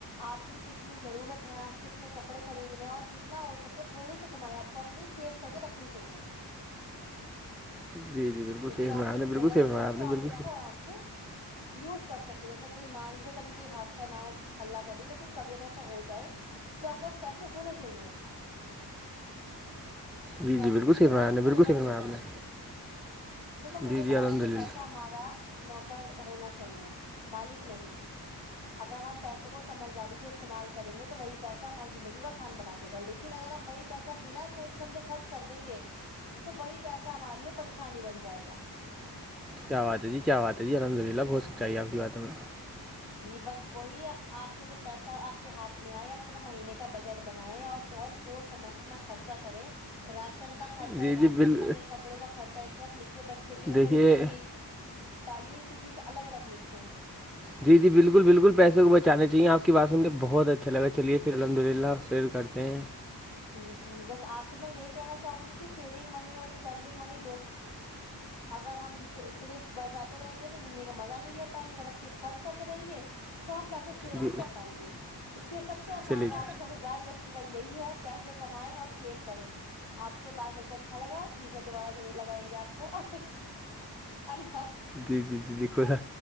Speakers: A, on the left (about 75°); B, in the centre.
A: آپ کی کتنی ضرورت ہے آپ کو کتنے کپڑے خریدنے اور جتنے اتنا ہو سکے تھوڑی سی کمائی آپ کو اپنی سیف کر کے رکھنی چاہیے
B: جی جی بالکل
A: جس
B: صحیح
A: سے
B: فرمایا
A: آپ کو
B: نے
A: جب
B: بالکل
A: ضرورت
B: صحیح فرمایا
A: ہو تو
B: نے بالکل
A: آپ اس کو آرام سے یوز کر سکے جیسے کہئی مان لیجیے کبھی کوئی حادثہ نہ ہو اللہ کر دے لیکن کبھی اگر ایسا ہو جائے تو آپ کااس پیسے ہونے چاہیے
B: جی
A: تو آپ
B: جی بالکل
A: کو اسیز
B: صحیح
A: سے
B: فرمایا
A: مانگنے
B: آپ نے
A: کی
B: بالکل
A: ضرورت
B: صحیح
A: نہیں
B: فرمایا
A: پڑے
B: آپ نے
A: دیکھو میرے
B: جی جی
A: خیال
B: الحمد
A: سے
B: للہ
A: پیسہ ہمارا نوکر ہونا چاہیے مالک نہیں اگر ہم پیسے کو سمجھداری سے استعمال کریں گے تو وہی پیسہ ہماری زندگی کو آسان بنا دے گا لیکن لیکن اگر ہم وہی پیسہ بنا سوچ سمجھے خرچ کر دیں گے تو وہی پیسہ ہمارے لیے پریشانی بن جائے گا
B: کیا بات ہے جی کیا بات ہے جی الحمد للہ بہتک چاہے آپ بات ہمیں
A: جی بس وہی آپ کو جو پیسہ آپ کے ہاتھ میں آئے اپنا مہینے کا بجٹ بنائے اور بہت سوچ سمجھ اپنا خرچا کریں راشن کا خرچہ
B: جی
A: ایک
B: جی بال
A: لکھے کپڑوں کا خرچہ ایک طرف لکھے بچوں کے اسکول
B: دیکھیے
A: کی فیس تعلیم کی فیس الگ الگ لکھے
B: جی جی بالکل بالکل پیسے کو بچانے چاہیے آپ کی بات سوں کے بہت اچھا لگا چلیے پھر الحمد للہ پھر کر پ
A: جی جی بس آخر میں یہی کہنا چاہوں گی کہ سیونگ منی اور اسپینڈنگ منی دونوں اگر ہم صرف بچاتے رہیں گے تو زندگی کا مزہ نہیں لے پائیں گے اگر ہم صرف خرچ کرتے رہیں گے تو ہم پیسے سیو
B: جی
A: نہیں کر پائیں گے اس لیے سب سے آسان
B: چلیے جی
A: راستہ سمجھدار و د یہی ہے پیسے کمائیں اور سیو کریں آپ سے بات کر کے اچھا لگا ٹھیک ہے دوبارہ ضرور لگائیں گے آپ کو اللہ و
B: جی جی جی دیکھو سا